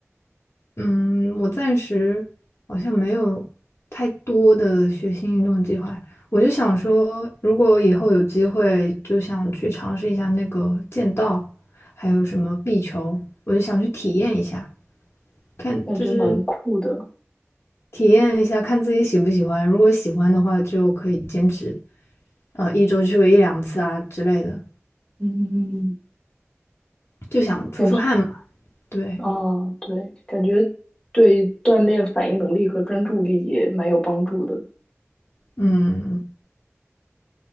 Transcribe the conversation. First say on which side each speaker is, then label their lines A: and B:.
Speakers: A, on the left; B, on the left.
A: 嗯，我暂时好像没有太多的学新运动计划。我就想说，如果以后有机会，就想去尝试一下那个剑道，还有什么壁球，我就想去体验一下，看就是
B: 感觉蛮酷的，
A: 体验一下，看自己喜不喜欢。如果喜欢的话，就可以坚持，呃，一周去个一两次啊之类的，
B: 嗯，
A: 就想出出汗嘛。
B: 感觉
A: 对，
B: 啊，对，感觉对锻炼反应能力和专注力也蛮有帮助的。
A: 嗯。